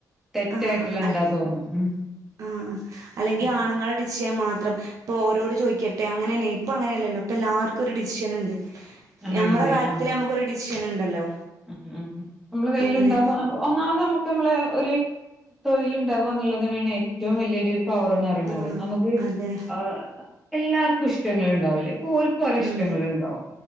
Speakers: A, in the centre; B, on the right.
A: തെറ്റായിട്ടുള്ള
B: ആ
A: എന്താന്ന്.
B: അൽ
A: ഉം
B: ആഹ് അല്ലെങ്കിൽ
A: ഉം
B: ആണുങ്ങളെ ടിച്ച് ചെയ്യാൻ മാ ത്രം ഇപ്പോൾ ഒരോട് ചോദിക്കട്ടെ, അങ്ങനെ തന്നെ ഇപ്പോ അങ്ങനെയല്ലല്ലോ ഇപ്പോ എല്ലാവർക്കും ഒരു ഡിസിഷന് ഉണ്ട്.
A: ആഹ്
B: നമ്മടെ
A: ഇണ്ട്
B: കാര്യത്തില്
A: ആഹ്
B: നമ്മുക്കൊരു ഡിസ് ഷൻ ഉണ്ടല്ലോ.
A: ഉം ഉം നമ്മള് കയ്യിലുണ്ടാവുമ്പോ
B: അങ്ങനെ
A: ഒന്നാമത് നമു നമ്മളെ ഒരു തൊഴിലുണ്ടാവുക എന്നുള്ളതന്നെയാണ് ഏറ്റവും വലിയൊരു. പവർ എന്ന് അറിയുന്നവരെ
B: ആഹ്
A: നമുക്ക്
B: അതെ
A: ആഹ് എല്ലാവർക്കും ഇഷ് ഇനി ഉണ്ടാവല്ലേ. ഓര്ക്ക് ഒരു ഇഷ്ടങ്ങളുണ്ടാവും,
B: ഉം